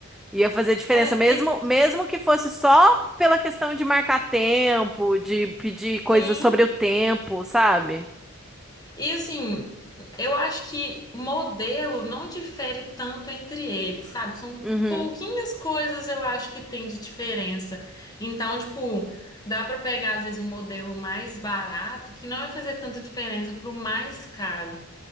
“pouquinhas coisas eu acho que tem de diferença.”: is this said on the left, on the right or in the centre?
Left